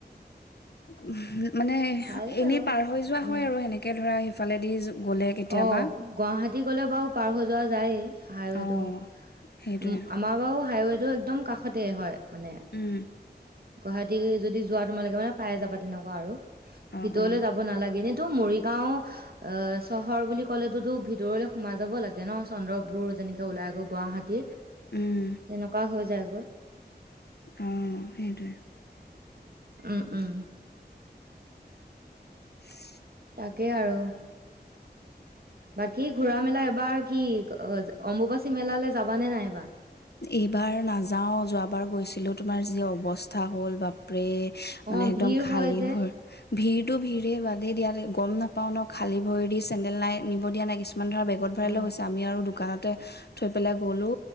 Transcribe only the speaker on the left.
উম', মানে
এনেই
পাৰ হৈ যোৱা
হয় আৰু সেনেকৈ ধৰা। সেইফালেদি <unintelligible> কেতিয়াবা
অ
সেইটোৱে
উম',
অ
অ
উম
অ ', সেইটোৱে
<inaudible>
এইবাৰ নাযাও যোৱাবাৰ গৈছিলো তোমাৰ যি অৱস্থা হল বাপৰে। মানে
একদম
খালী
ভৰি ভিৰটো ভিৰে বাদে দিয়া গম নাপাও ন খালী ভৰি দি চেন্দেল নাই নিব দিয়া নাই কিছু কিছমান ধৰা বেগত ভৰাইছে
আমি আৰু দোকানত তে থৈ পেলাই গ'লো।